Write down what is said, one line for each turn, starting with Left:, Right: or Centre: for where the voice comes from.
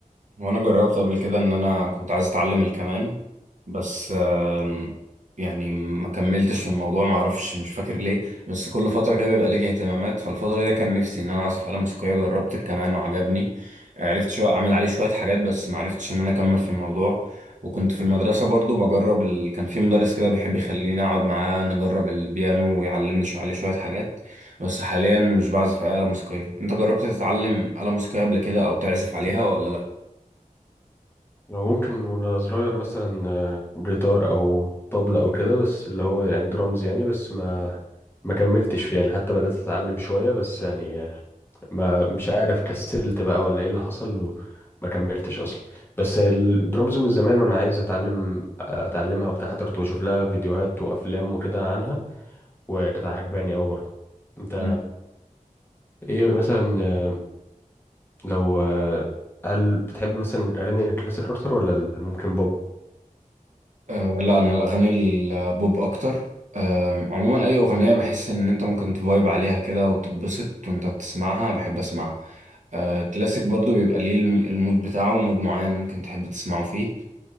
Right: وانا جربت قبل كده ان انا كنت عايز اتعلم الكمان بس آم، يعني ما كملتش في الموضوع ما اعرفش مش فاكر ليه بس كل فتره كده بيبقى ليك اهتمامات فالفتره دي كان نفسي ان انا اعزف آلة موسيقيه جربت الكمان وعجبني عرفت شويه اعمل عليه شويه حاجات بس ما عرفتش ان انا اكمل في الموضوع وكنت في المدرسه برضو بجرب ال... كان في مدرس كده بيحب يخليني اقعد معاه نجرب البيانو ويعلمني شويه عليه شويه حاجات بس حاليا مش بعزف آلة موسيقيه انت جربت تتعلم آلة موسيقيه قبل كده او تعزف عليها ولا لا
Left: لو ممكن وانا صغير مثلا آه، جيتار او طبلة او كده بس اللي هو يعني درامز يعني بس ما ما كملتش فيه يعني حتى بدأت اتعلم شوية بس يعني ما مش عارف كسلت بقى ولا ايه اللي حصل وما كملتش اصلا بس الدرامز من زمان وانا عايز اتعلم اتعلمها وبتاع حتى كنت بشوف لها فيديوهات وافلام وكده عنها وكانت عجباني قوي برضه انت
Right: مم.
Left: ايه مثلا آه، لو آه، هل بتحب مثلا الاغاني الكلاسيك اكتر ولا ال- ممكن بوب
Right: أه لا انا الاغاني البوب اكتر آم، عموما اي اغنيه بحس ان انت ممكن تفايب عليها كده وتتبسط وانت بتسمعها بحب اسمعها أه كلاسيك برضو بيبقى ليه الم- المود بتاعه مود معين ممكن تحب تسمعه فيه